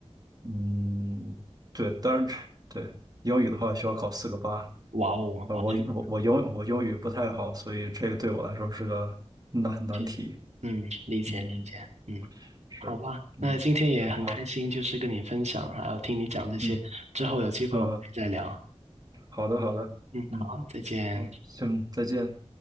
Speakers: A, on the right; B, on the right.
A: 嗯，对，当然对英语的话需要考四个八，
B: 哇哦，
A: 啊，
B: 哇，
A: 我我我英我英语不太好，
B: 这个
A: 所以这个对我来说是个难难题。
B: 理解，嗯，理解理解，
A: 嗯，
B: 嗯，
A: 是，
B: 好吧，
A: 嗯，
B: 那今天也很开心，
A: 好，
B: 就是跟你分享，还有听你讲这些，
A: 嗯
B: 之后有机会我们可以再聊。
A: 嗯，呃好的好的，
B: 嗯，
A: 嗯，
B: 好，再见。
A: 好，行，再见。